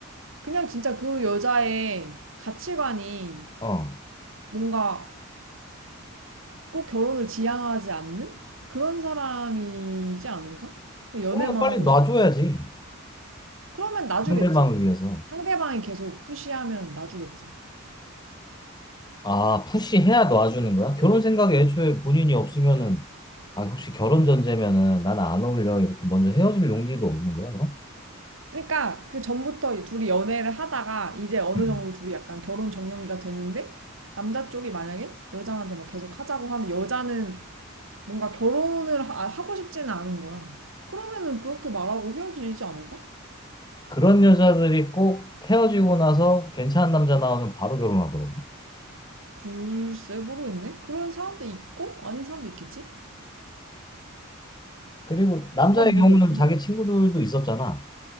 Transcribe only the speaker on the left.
어.
그러면 빨리
놔줘야지.
상대방을 위해서.
아, 푸시해야 놔주는 거야? 결혼 생각이 애초에 본인이 없으면은 아, 혹시 결혼 전제면은 나는 안 어울려 이렇게 먼저 헤어질 용기도 없는 거야, 그럼?
음.
그런 여자들이 꼭 헤어지고 나서 괜찮은 남자 나오면 바로 결혼하더라고.
그리고 남자의
경우는 자기
친구들도 있었잖아.